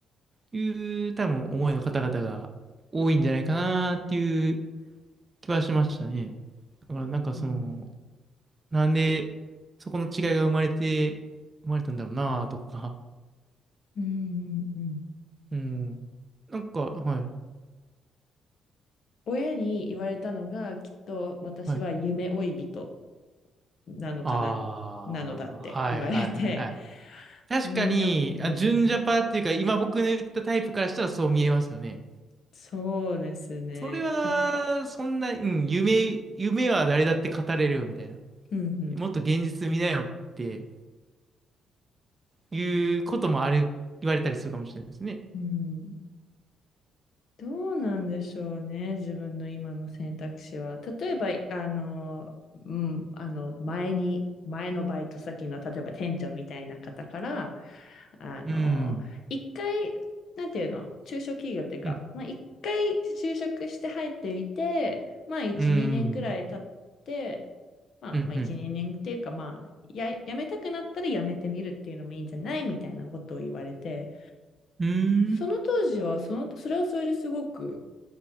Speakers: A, on the right; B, on the left.
A: いう多分思いの方々が多いんじゃないかなっていう気はしましたね。だからなんかその、
B: うん。
A: なんでそこの違いが生まれて、生まれたんだろうなとか、
B: うん、うん、うん
A: うん。なんか、はい、
B: 親に言われたのが、きっと私は夢追い人
A: はい。
B: なのかな、
A: ああ、
B: なのだって言われて、
A: はいはいはいはい。
B: <laughs>
A: 確かに、
B: うん、やっ、うん、
A: あ、純ジャパっていうか、今僕の言ったタイプからしたらそう見えますよね。
B: そうですね。
A: それは、
B: やっ
A: そんな、うん、夢、夢は誰だって語れるよ、みたいな。
B: うん、うん。
A: もっと現実見なよっていうこともある、言われたりするかもしれないですね。
B: うんどうなんでしょうね、自分の今の選択肢は。例えば、あの、うん、あの、前に、前のバイト先の、例えば店長みたいな方から、あの、
A: うん、
B: 一回、なんていうの、中小企業っていうか、
A: うん、
B: まあ、一回就職して入ってみて、まあ、一、
A: うん、
B: 二年ぐらい経って、まあ、
A: うん、
B: まあ、一、
A: うん、
B: 二年っていうか、まあ、や、辞めたくなったら辞めてみるっていうのもいいんじゃないみたいなことを言われて、
A: うん、
B: その当時は、その、それはそれですごく、